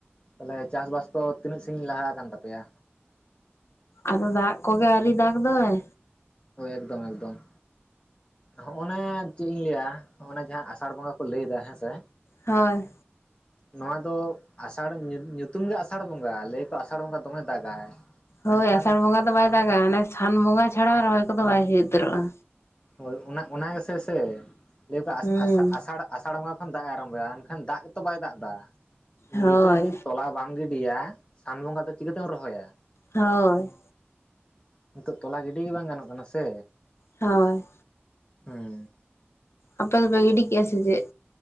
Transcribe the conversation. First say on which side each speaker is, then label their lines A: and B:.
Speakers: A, on the left (about 25°); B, on the left (about 75°).
A: ᱛᱟᱦᱚᱞᱮ ᱪᱟᱥ ᱵᱟᱥ ᱠᱚ ᱛᱤᱱᱟᱹᱜ ᱥᱟᱹᱜᱤᱧ ᱞᱟᱦᱟ ᱟᱠᱟᱱ ᱛᱟᱯᱮᱭᱟ
B: ᱟᱫᱚ ᱫᱟᱜ ᱠᱚᱜᱮ ᱟᱣᱨᱤ ᱫᱟᱜᱽ ᱫᱚᱭ
A: ᱮᱠᱫᱚᱢ ᱮᱠᱫᱚᱢ ᱦᱚᱜᱼᱚᱱᱮ ᱪᱮᱫ ᱤᱧ ᱞᱟᱹᱭᱟ ᱦᱚᱜ-ᱚ ᱱᱮ ᱡᱟᱦᱟᱸ ᱟᱥᱟᱲ ᱵᱚᱸᱜᱟ ᱠᱚ ᱞᱟᱹᱭ ᱫᱟ ᱦᱮᱸ ᱥᱮ
B: ᱦᱚᱭ
A: ᱱᱚᱣᱟ ᱫᱚ ᱟᱥᱟᱲ ᱧᱩ ᱧᱩᱛᱩᱢ ᱜᱮ ᱟᱥᱟᱲ ᱵᱚᱸᱜᱟ ᱞᱟᱹᱭ ᱟᱠᱚ ᱟᱥᱟᱲ ᱵᱚᱸᱜᱟ ᱫᱚᱢᱮ ᱫᱟᱜᱟᱭ ᱢᱮᱱᱠᱷᱟᱱ
B: ᱦᱳᱭ ᱟᱥᱟᱲ ᱵᱚᱸᱜᱟ ᱫᱚ ᱵᱟᱭ ᱫᱟᱜᱟ ᱚᱱᱮ ᱥᱟᱱ ᱵᱚᱸᱜᱟ ᱪᱷᱟᱲᱟ ᱨᱚᱦᱚᱭ ᱠᱚᱫᱚ ᱵᱟᱭ ᱦᱩᱭ ᱩᱛᱟᱹᱨᱚᱜᱼᱟ
A: ᱦᱳᱭ ᱚᱱᱟ ᱚᱱᱟ ᱜᱮᱥᱮ ᱥᱮ ᱞᱟᱹᱭ ᱟᱠᱚ ᱟᱥ
B: ᱦᱩᱸ
A: ᱟᱥ ᱟᱥᱟᱲ ᱟᱥᱟᱲ ᱵᱚᱸᱜᱟ ᱠᱷᱚᱱ ᱫᱟᱜ ᱮ ᱟᱨᱟᱢᱵᱚᱭᱟ ᱮᱱᱠᱷᱟᱱ ᱫᱟᱜ ᱜᱮᱛᱚ ᱵᱟᱭ ᱫᱟᱜ ᱫᱟ
B: ᱦᱳᱭ
A: ᱱᱤᱛᱚᱜ ᱫᱚ ᱛᱚᱞᱟ ᱵᱟᱝ ᱜᱤᱰᱤᱭᱟ ᱥᱟᱱ ᱵᱚᱸᱜᱟ ᱫᱚ ᱪᱤᱠᱟᱹ ᱛᱮᱢ ᱨᱚᱦᱚᱭᱟ
B: ᱦᱳᱭ
A: ᱱᱤᱛᱚᱜ ᱛᱚᱞᱟ ᱜᱤᱰᱤ ᱜᱮ ᱵᱟᱝ ᱜᱟᱱᱚᱜ ᱠᱟᱱᱟ ᱥᱮ
B: ᱦᱳᱭ
A: ᱩᱸ
B: ᱟᱯᱮ ᱫᱚᱯᱮ ᱜᱤᱰᱤ ᱠᱮᱜ-ᱟ ᱥᱮ ᱪᱮᱫ?